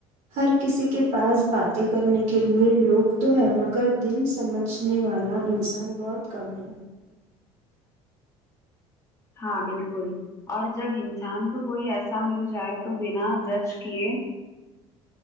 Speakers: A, on the right (about 65°); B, on the left (about 25°).
A: ہر کسی کے پاس باتیں کرنے کے لیے لوگ تو ہے مگر مگر دل سمجھنے والا انسان بہت کم ہے
B: ہاں بالکل اور جب انسان کو کوئی ایسا مل جائے تو بنا جج کیے